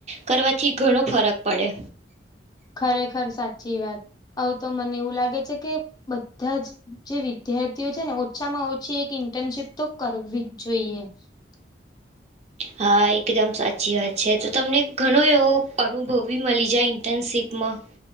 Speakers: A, on the right (about 40°); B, on the left (about 25°).
A: કરવાથી ઘણો ફરક પડે
B: ખરેખર સાચી વાત આવ તો મને એવું લાગે છે કે. બધા જ જે વિદ્યાર છે ને ઓછામાં ઓછી એક ઇન્ટર્નશીપ તો કરવી જ જોઈએ. <inaudible>
A: હા એકદમ સાચી વાત છે તો તમને ઘણો એવો અનુભવ બી મળી જાય ઇન્ટર્નશીપમાં